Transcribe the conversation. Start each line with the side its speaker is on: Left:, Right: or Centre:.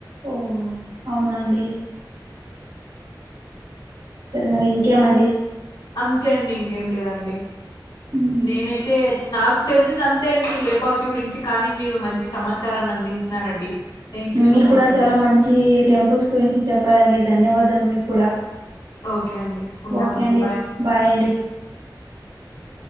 Right: ఓ అవునండి సరే మరి ఇంకేమండి
Left: అంతే అండి ఇంకేం లేదండి
Right: హ్మ్.
Left: నేనైతే నాకు తెలిసింది అంతే అండి లేపాక్షి గురించి కానీ మీరు మంచి సమాచారాన్ని అందించినారండి థ్యాంక్ యూ
Right: మీరు
Left: సో
Right: కూడ
Left: మచ్ అండి
Right: చాలా మంచి టెంపుల్స్ గురించి చెప్పారండి ధన్యవాదాలు మీకు కూడ
Left: ఓకే అండి ఉంటామండి
Right: ఓకే అండి బాయ్ అండి